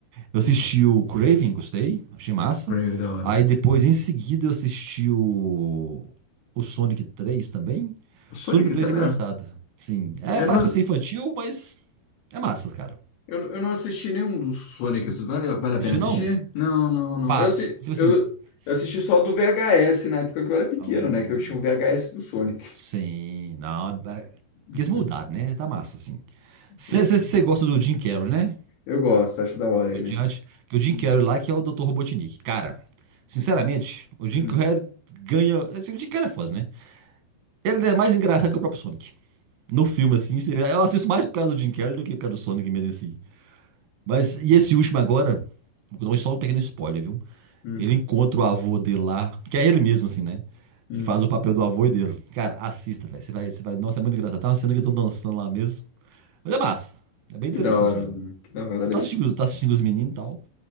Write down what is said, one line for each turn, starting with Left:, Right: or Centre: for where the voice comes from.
Right: Eu assisti
Left: O
Right: o Craven, gostei, achei massa.
Left: Crave da hora.
Right: Aí depois, em seguida, eu assisti o, o Sonic 3 também.
Left: Sonic,
Right: O Sonic 3
Left: será?
Right: é engraçado, sim. É,
Left: É,
Right: parece
Left: não-
Right: pra ser infantil, mas é massa, cara.
Left: eu, eu não assisti nenhum dos Sonics. Vale, vale
Right: Assistiu
Left: a pena assistir?
Right: não?
Left: Não, não, não.
Right: Pá,
Left: Eu, assi-
Right: tipo assim...
Left: eu,
Right: s-
Left: eu assisti só do VHS na época que eu era pequeno,
Right: hum,
Left: né? Que eu tinha o VHS do Sonic.
Right: Sim, não. é- é-
Left: Uhum.
Right: Eles mudaram, né? Tá massa, assim. Você
Left: Entendi.
Right: gosta do Jim Carrey, né?
Left: Eu gosto, acho da hora
Right: Comediante.
Left: ele.
Right: Que o Jim
Left: Uhum,
Right: Carrey lá, que é o Dr. Robotnik. Cara, sinceramente, o Jim
Left: uhum,
Right: Carrey ganha. O Jim Carrey é foda, né? Ele é mais engraçado que o próprio Sonic. No filme, assim, você- eu assisto mais por causa do Jim Carrey do que por causa do Sonic mesmo assim Mas, e esse último agora, vou dar só um pequeno spoiler, viu?
Left: <laughs>
Right: Ele encontra o avô dele lá, que é ele mesmo, assim, né?
Left: uhum,
Right: Que
Left: uhum.
Right: faz o papel do avô e dele. Cara, assista, velho. Você vai, você vai. Nossa, é muito engraçado. Tem uma cena que eles estão dançando lá mesmo. Mas é massa. É bem interessante,
Left: Que da hora,
Right: assim.
Left: mano. Que da hora.
Right: Eu
Left: Deve
Right: tô assistindo,
Left: ser...
Right: tô assistindo os meninos e tal.